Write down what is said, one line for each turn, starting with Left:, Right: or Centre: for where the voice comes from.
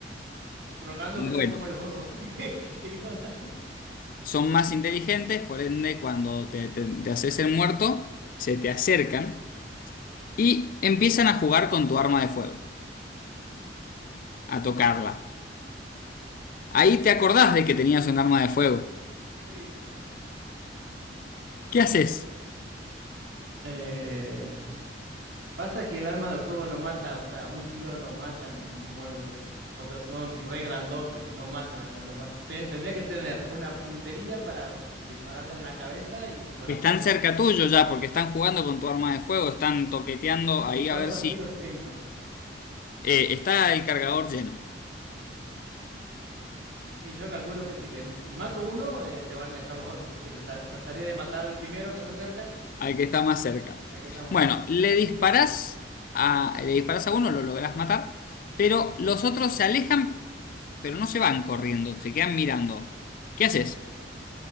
Right: rogando
Left: Bueno,
Right: que sean como los osos <laughs> que, que te ignoran.
Left: son más inteligentes, por ende, cuando te, te- te haces el muerto, se te acercan y empiezan a jugar con tu arma de fuego, a tocarla. Ahí te acordás de que tenías un arma de fuego.
Right: Sí.
Left: ¿Qué
Right: Ahí-
Left: haces?
Right: Eh, Pasa que el arma de fuego no mata, o sea, un tiro no mata un mono de eso, porque son re grandotes, no mata. Lo, lo más, te- tendría que tener una puntería para dispararle en la cabeza y con la
Left: Están
Right: suerte.
Left: cerca
Right: de-
Left: tuyo ya, porque están jugando con tu arma de fuego, están toqueteando
Right: Pero
Left: ahí
Right: ¿y cuántos
Left: a ver si
Right: tiros tengo?
Left: eh, está el cargador lleno.
Right: Y yo calculo que si, le, si mato uno, eh, se van a alejar los otros, así que tra- trataría de matar al primero que se acerca,
Left: Al que está más cerca.
Right: al que está más
Left: Bueno,
Right: cerca.
Left: le disparás a, le disparás a uno, lo lográs matar, pero los otros se alejan, pero no se van corriendo, se quedan mirando. ¿Qué haces?